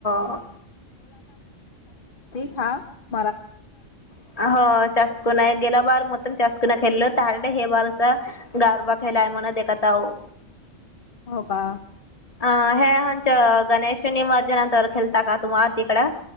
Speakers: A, on the left; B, on the left.
A: हो
B: <unintelligible>
A: <unintelligible> गारवा <unintelligible>
B: हो का.
A: अ हे आच गणेश ने माझ्या नंतर खेळता का तुम्हा तिकडं.